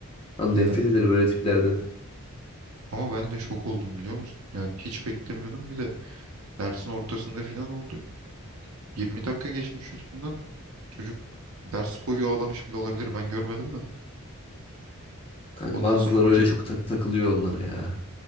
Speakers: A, on the left; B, on the right.
A: Lan
B: Ya
A: nefret ederim öyle tiplerden.
B: ama ben de şok oldum biliyor musun? Yani hiç beklemiyordum. Bir de dersin ortasında falan oldu. 20 dakika geçmiş üstünden. Çocuk ders boyu ağlamış bile olabilir. Ben görmedim de.
A: Kanka
B: Ondan
A: bazıları
B: sonra hoca
A: öyle çok tak takılıyor onlara ya.